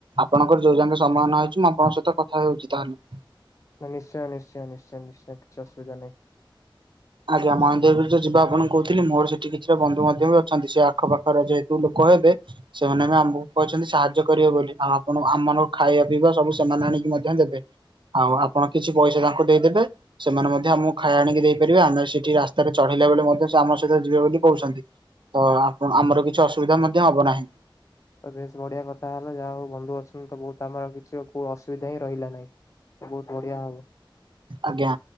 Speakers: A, on the right; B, on the left.
A: ଆପଣଙ୍କର ଯୋଉ ଯାଙ୍କେ ସମ୍ଭାବନା ହଉଚି ମୁଁ ଆପଙ୍କ ସହିତ କଥା ହଉଚି ତାହେଲେ।
B: ନିଶ୍ଚୟ ନିଶ୍ଚୟ ନିଶ୍ଚୟ ନିଶ୍ଚୟ କିଛି ଅସୁବଧା ନାହିଁ।
A: ଆଜ୍ଞା ମହନ୍ଦ୍ରଗିରି ଯୋଉ ଯିବା ଆପଣଙ୍କୁ କହୁଥିଲି, ମୋର ସେଠି କିଛିଟା ବନ୍ଧୁ ମଧ୍ୟ ବି ଅଛନ୍ତି ସେ ଆଖପଖରେ ଯେହେତୁ ଲୋକ ହେବେ ସେମାନେ ବି ଆମକୁ କହିଚନ୍ତି ସାହାଯ୍ୟ କରିବେ ବୋଲି ଆଉ ଆପଣ ଆମର ଖାଇବା ପିଇବା ସବୁ ସେମାନେ ଆଣିକି ମଧ୍ୟ ଦେବେ। ଆଉ ଆପଣ କିଛି ପଇସା ତାଙ୍କୁ ଦେଇଦେବେ। ସେମାନେ ମଧ୍ୟ ମୁଁ ଖାଇ ଆଣିକି ଦେଇ ପାରିବେ। ଆମେ ସେଠି ରାସ୍ତାରେ ଚଢେଇଲା ବେଳେ ମଧ୍ୟ ସେ ଆମ ସହିତ ଯିବେ ବୋଲି କହୁଚନ୍ତି ତ ଆ ଏବଂ ଆମର କିଛି ଅସୁବିଧା ମଧ୍ୟ ହବ ନାହିଁ।
B: ତ ବେଶ ବଢିଆ କଥା ହେଲା ଯାହା ହଉ ବନ୍ଧୁ ଅଛନ୍ତି ତ ବହୁତ ଆମର କିଛି ଆଉ କୋଉ ଅସୁବିଧା ହିଁ ରହିଲା ନାହିଁ। ତ ବହୁତ ବଢିଆ ହବ।
A: ଆଜ୍ଞା